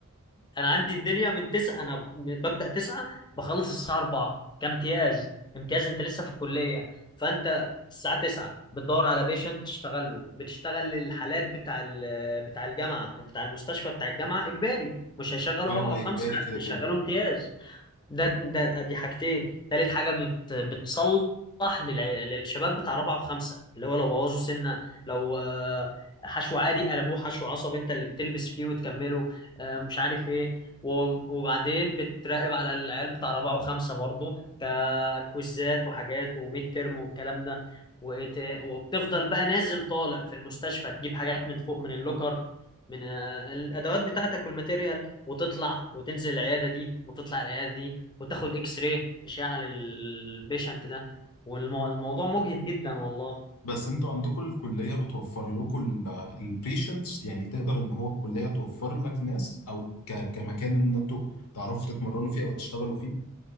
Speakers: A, on the left (about 20°); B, on the left (about 85°).
A: انا عندي الدنيا من تسعة انا ب- ببدأ تسعة بخلص الساعة أربعة كامتياز امتياز انت لسه في الكلية فانت الساعة تسعة بتدور على بيشنت تشتغل له بتشتغل الحالات بتاع ال- بتاع الجامعة بتاع المستشفى بتاع الجامعة اجباري مش هيشغلوا
B: اه
A: رابعة وخمسة
B: إجباري
A: لا
B: كده
A: بيشغلوا
B: كده
A: امتياز ده ده دي حاجتين تالت حاجه بت بتصلح للع- للشباب بتاع رابعه وخمسه اللي هو لو بوظوا سنه لو آه، حشو عادي قلبوه حشو عصب انت اللي بتلبس فيه وتكمله آه، مش عارف ايه و- وبعدين بتراقب على العيال بتاع رابعه وخمسه برضو ككويزات وحاجات وميد ترم والكلام ده وايه تا- وبتفضل بقى نازل طالع في المستشفى تجيب حاجات من فوق من اللوكر من آه، الادوات بتاعتك والماتيريال وتطلع وتنزل العياده دي وتطلع العياده دي وتاخد اكس راي اشعه للبيشنت ده والموضوع مجهد جدا والله
B: بس انتوا عندكم الكلية بتوفر لكم البيشنتس يعني تقدر ان هو الكلية توفر لك ناس او ك- كمكان ان انتوا تعرفوا تتمرنوا فيه او تشتغلوا فيه